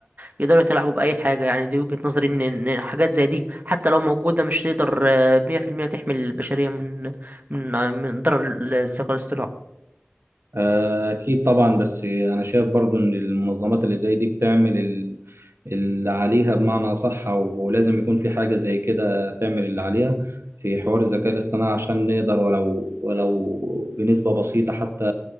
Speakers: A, on the right; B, on the right.
A: يقدروا يتلاعبوا بأي حاجة يعني دي وجهة نظري إن إن حاجات زي دي حتى لو موجودة مش تقدر آه، مية في المية تحمي البشرية من من آه، من ضرر الذكاء الاصطناعي
B: آه، أكيد طبعا بس أنا شايف برضو إن المنظمات اللي زي دي بتعمل ال- اللي عليها بمعنى صح ولازم يكون في حاجة زي كده تعمل اللي عليها في حوار الذكاء الاصطناعي عشان نقدر ولو ولو بنسبة بسيطة حتى